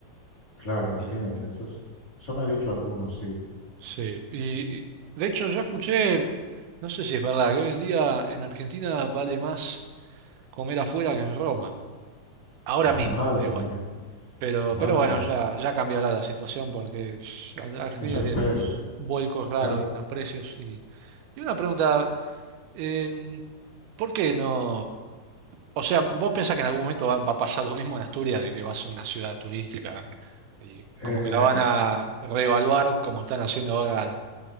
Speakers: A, on the left (about 35°); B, on the right (about 80°).
A: claro, imagínate,
B: Y,
A: eso es, eso me ha dicho algunos, sí.
B: sí, y, y, de hecho yo escuché, no sé si es verdad, que hoy en día en Argentina vale más comer afuera que en Roma, ahora
A: <laughs>
B: mismo,
A: Madre
B: igual.
A: mía,
B: Pero,
A: madre
B: pero bueno,
A: mía,
B: ya, ya cambiará la situación porque pss, Argentina
A: eso espero.
B: tiene estos vuelcos raros
A: Claro.
B: en los precios. Y, y una pregunta, em, ¿Por qué no? O sea, ¿vos pensás que en algún momento va, va a pasar lo mismo en Asturias, de que va a ser una ciudad turística y
A: Eh,
B: como que la van a reevaluar como están haciendo ahora